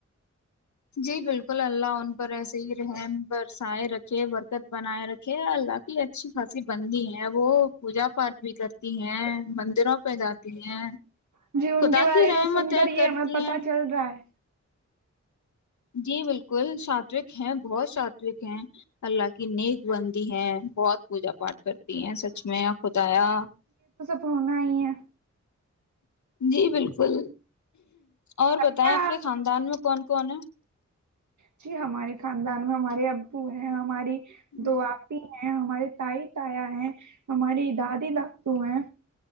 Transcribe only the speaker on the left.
جی بالکل اللہ ان پر ایسے ہی رحم برسائے رکھے برکت بنائے رکھے اللہ کی اچھی خاصی بنندی ہے وہ پوجا پاٹ بھی کرتی ہیں مندروں پہ جاتی ہیں
خدا
کی
رحمت
ہے
کرتی
ہیں
جی بالکل سوک ہیں بہت سوک ہیں اللہ کی نیک بندی ہے بہت پوجا پاٹھ کرتے تی ہیں سچ میں خدایا
جی بالکل
اور بتائیں آپ
کے خاندان میں کون کون ہیں
ہے